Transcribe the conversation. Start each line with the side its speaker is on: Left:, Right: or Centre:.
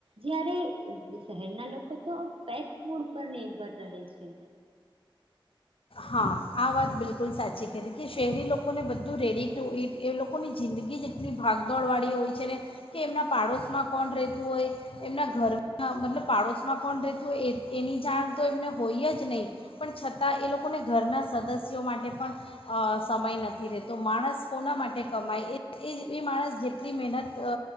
Right: જયારે શહેરના લોકો તો પેક ફૂડ પર નિર્ભર રહે છે.
Left: હા. આ વાત બિલકુલ સાચી કરી, કે શહેરી લોકોને બધું રેડી ટુ ઇટ એ લોકોની જિંદગી જ એટલી ભાગદોડવાળી હોય છે ને, કે એમના પાડોશમાં કોણ રહેતું હોય, એમના ઘરમાં મતલબ પાડોશમાં કોણ રહેતું હોય, એ એની જાણ તો એમને હોય જ નહીં, પણ છતાં એ લોક લોકોને ઘરના સદસ્યો માટે પણ અ સમય નથી રહેતો. માણસ કોના માટે કમાય એ એ માણસ જેટલી મહેનત